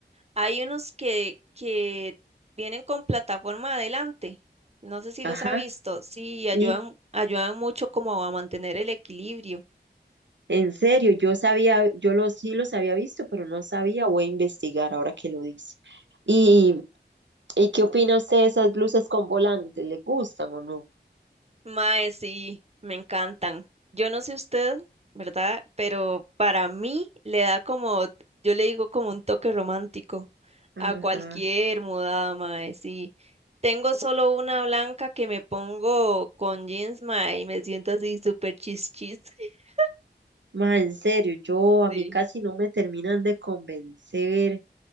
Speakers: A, on the right; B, on the right.
A: Hay unos que, que vienen con plataforma adelante. No sé si
B: Ajá.
A: los ha visto. Sí, ayudan,
B: sí.
A: ayudan mucho como a mantener el equilibrio.
B: En serio, yo sabía, yo lo, sí los había visto, pero no sabía, voy a investigar ahora que lo dice. ¿Y, y qué opina usted de esas blusas con volantes? ¿Le gustan o no?
A: Mae, sí, me encantan. Yo no sé usted, ¿verdad? Pero para mí le da como, yo le digo como un toque romántico
B: Ajá.
A: a cualquier mudada, mae, sí. Tengo solo una blanca que me pongo con jeans, mae, y me siento así súper chis chis. <laughs>
B: Ma, en serio, yo a
A: Sí.
B: mí casi no me terminan de convencer.